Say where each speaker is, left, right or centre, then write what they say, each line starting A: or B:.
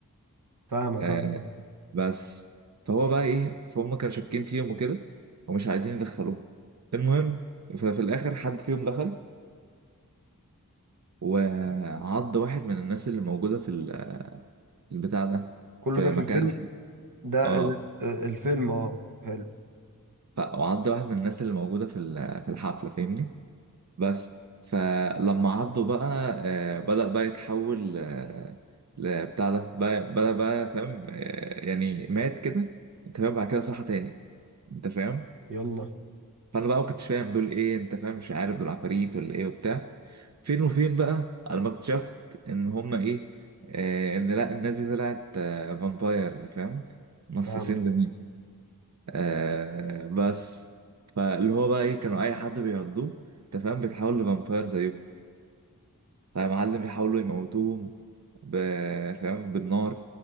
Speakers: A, on the right; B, on the right.
A: فاهمك
B: آه
A: اه آه.
B: بس فهو بقى ايه فهم كانوا شاكين فيهم وكده ومش عايزين يدخلوهم المهم ففي الاخر حد فيهم دخل وعض واحد من الناس اللي موجوده في ال- البتاع ده
A: كله
B: في
A: ده في
B: مكان
A: الفيلم ده
B: اه
A: ال- آه، الفيلم اه حلو
B: ف- وعض واحد من الناس اللي موجوده في ال- في الحفله فاهمني بس فلما عضه بقى آه، بدأ بقى يتحول آه، لبتاع ده بقى- بدأ بقى فاهم آه، يعني مات كده انت فاهم بعد كده صحى تاني انت فاهم
A: يلا
B: فانا بقى ما كنتش فاهم دول ايه انت فاهم مش عارف دول عفاريت ولا ايه وبتاع فين وفين بقى انا ما اكتشفت ان هما ايه آه، ان لا الناس دي طلعت آه، فامبايرز فاهم نصاصين
A: فاهمك اه
B: دمين آه بس فاللي هو بقى ايه كانوا اي حد بيعضوه انت فاهم بيتحول لفامباير زيهم فمعلم يحاولوا يموتوهم ب- فاهم بالنار